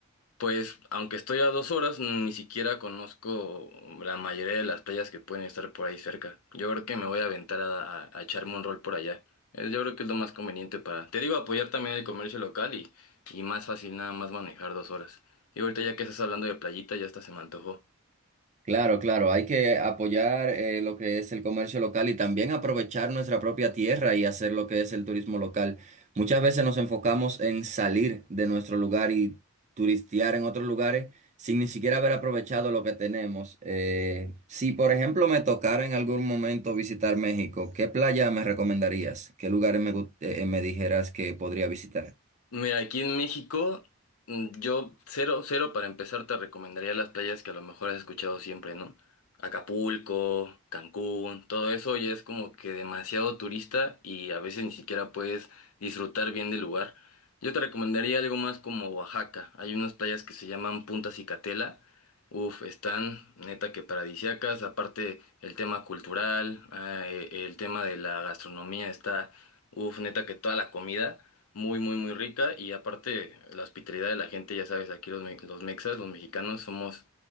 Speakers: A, on the left; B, on the right.
A: Pues, aunque estoy a dos horas, ni siquiera conozco la mayoría de las playas que pueden estar por ahí cerca. Yo creo que me voy a aventar a, a- a echarme un rol por allá. Eh, Yo creo que es lo más conveniente para, te digo, apoyar también el comercio local y, y más fácil nada más manejar dos horas. Y ahorita ya que estás hablando de playita, ya hasta se me antojó.
B: Claro, claro, hay que apoyar eh, lo que es el comercio local y también aprovechar nuestra propia tierra y hacer lo que es el turismo local. Muchas veces nos enfocamos en salir de nuestro lugar y turistear en otros lugares sin ni siquiera haber aprovechado lo que tenemos. Eh, si, por ejemplo, me tocara en algún momento visitar México, ¿qué playa me recomendarías? ¿Qué lugares me, gu- eh, me dijeras que podría visitar?
A: Mira, aquí en México, mm, yo cero, cero para empezar te recomendaría las playas que a lo mejor has escuchado siempre, ¿no? Acapulco, Cancún, todo eso ya es como que demasiado turista y a veces ni siquiera puedes disfrutar bien del lugar. Yo te recomendaría algo más como Oaxaca. Hay unas playas que se llaman Punta Cicatela. Uf, están neta que paradisíacas. Aparte el tema cultural, ah, eh, el tema de la gastronomía está, uf, neta que toda la comida. Muy, muy, muy rica y aparte la hospitalidad de la gente, ya sabes, aquí los, me- los mexas, los mexicanos, somos